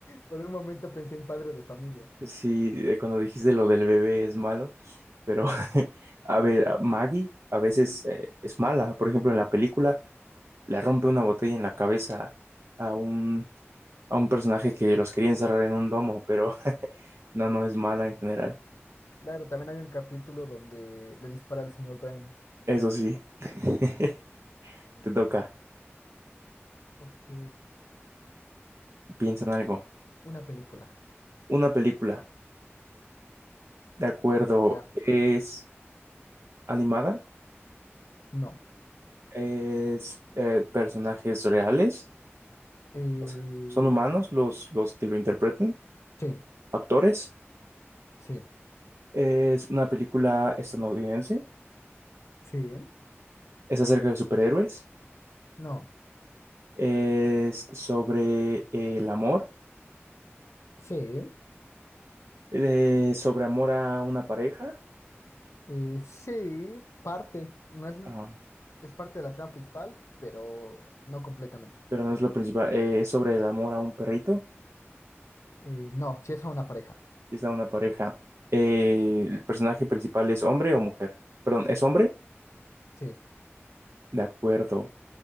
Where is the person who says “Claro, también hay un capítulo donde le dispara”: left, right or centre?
Left